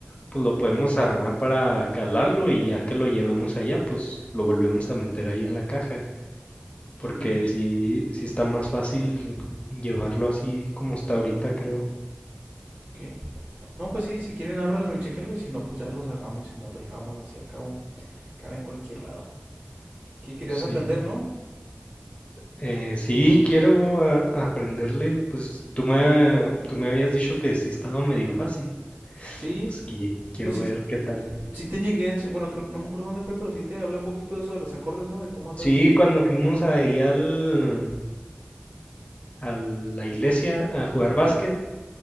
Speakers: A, on the left; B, on the right.
A: Pues lo podemos armar para calarlo y ya que lo llevemos allá, pues lo volvemos a meter ahí en la caja. Porque
B: Sí,
A: sí, sí está más fácil llevarlo así como está ahorita, creo.
B: ok. No, pues sí, si quieren ábranlo y chequenlo y si no, pues ya lo cerramos y nos lo llevamos así al cabo. Cabe en cualquier lado. ¿Qué querías
A: Sí.
B: aprender, no?
A: Eh, sí, quiero a- aprenderle. Pues tú me, tú me habías dicho que sí estaba medio fácil.
B: Sí,
A: Pues que quiero
B: pues sí,
A: ver qué tal.
B: sí te llegué, bueno, creo, no me acuerdo dónde fue, pero sí te hablé un poquito de eso de los acordes, ¿no? De cómo hacerlos.
A: Sí, cuando fuimos ahí al, a la iglesia a jugar
B: Ujú,
A: básquet,